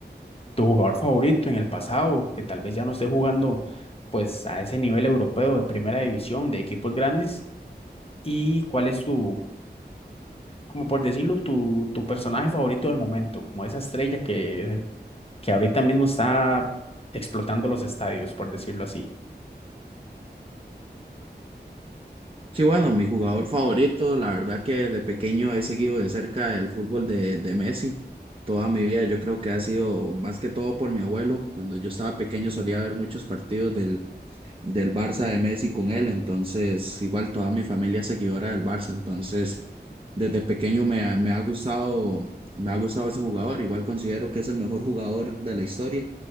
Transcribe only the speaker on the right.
Sí, bueno, mi jugador favorito, la verdad que desde pequeño he seguido de cerca el fútbol de, de Messi toda mi vida. Yo creo que ha sido más que todo por mi abuelo. Cuando yo estaba pequeño solía ver muchos partidos del, del Barça de Messi con él, entonces igual toda mi familia es seguidora del Barça, entonces desde pequeño me, ha- me ha gustado, me ha gustado ese jugador. Igual considero que es el mejor jugador de la historia